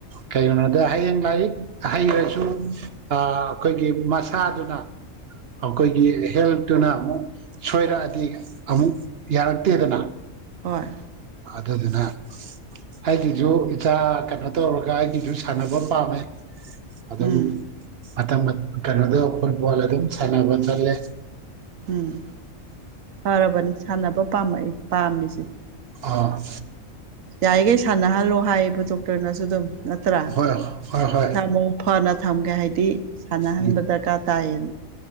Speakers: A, on the right; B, on the right.
A: ꯀꯩꯒꯤꯅꯣꯗ ꯍꯌꯦꯡ ꯂꯥꯏꯔꯤꯛ ꯍꯩꯔꯖꯨ ꯑꯥ ꯑꯈꯣꯏꯒꯤ ꯃꯁꯥꯗꯨꯅ ꯑꯈꯣꯏꯒꯤ ꯍꯦꯜꯠꯇꯨꯅ ꯑꯃꯨꯛ ꯁꯣꯏꯔꯛꯑꯗꯤ ꯑꯃꯨꯛ ꯌꯥꯔꯛꯇꯦꯗꯅ
B: ꯍꯣꯏ
A: ꯑꯗꯨꯗꯨꯅ ꯍꯥꯏꯗꯤ ꯏꯁꯨ ꯏꯆꯥ ꯀꯩꯅꯣ ꯇꯧꯔꯒ ꯑꯩꯒꯤꯁꯨ ꯁꯥꯟꯅꯕ ꯄꯥꯝꯃꯦ ꯑꯗꯨꯝ
B: ꯎꯝ
A: ꯃꯇꯝ ꯀꯩꯅꯣꯗꯨ ꯐꯨꯠꯕꯣꯜ ꯑꯗꯨꯝ ꯁꯥꯟꯅꯕ ꯆꯠꯂꯦ
B: ꯎꯝ ꯐꯔꯕꯅꯤ ꯁꯥꯟꯅꯕ ꯄꯥꯝꯃꯛꯏ ꯄꯥꯝꯃꯤꯁꯦ
A: ꯑꯥ
B: ꯌꯥꯢꯈꯩ ꯁꯥꯟꯅꯍꯜꯂꯣ ꯍꯥꯏꯌꯦꯕ ꯗꯣꯛꯇꯔꯅꯁꯨ ꯑꯗꯨꯝ ꯅꯠꯇ꯭ꯔꯥ
A: ꯍꯣꯏ ꯍꯣꯏ ꯍꯣꯏ
B: ꯃꯁꯥ ꯃꯎ ꯐꯅ ꯊꯝꯒꯦ ꯍꯥꯏꯗꯤ ꯁꯥꯟꯅꯍꯟꯕ
A: ꯎꯝ
B: ꯗꯔꯀꯥꯔ ꯇꯥꯏꯌꯦꯅ